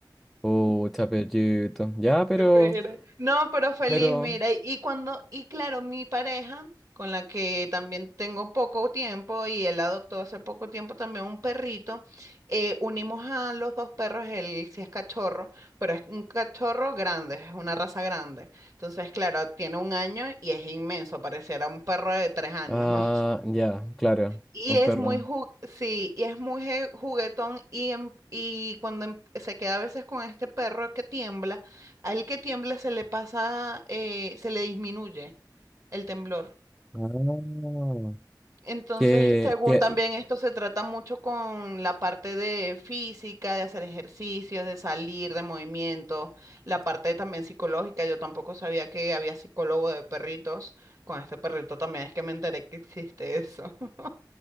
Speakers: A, in the centre; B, on the right.
A: Ucha, perrito. Ya, pero,
B: Espera. No, pero feliz,
A: pero,
B: mira, y y cuando, y claro, mi pareja, con la que también tengo poco tiempo, y él adoptó hace poco tiempo también un perrito, eh, unimos a los dos perros, él sí es cachorro, pero es un cachorro grande, es una raza grande. Entonces, claro, tiene un año y es inmenso, pareciera un perro de tres años,
A: ah,
B: ¿no?
A: ya, claro,
B: Y
A: un
B: es
A: perro.
B: muy, ju- sí, y es muy je- juguetón y, em- y cuando em- se queda a veces con este perro que tiembla, al que tiembla se le pasa, eh, se le disminuye el temblor.
A: Ah.
B: Entonces,
A: ¿Qué,
B: según
A: qué?
B: también esto se trata mucho con la parte de física, de hacer ejercicios, de salir, de movimiento, la parte también psicológica. Yo tampoco sabía que había psicólogo de perritos. Con este perrito también es que me enteré que existe eso. <laughs>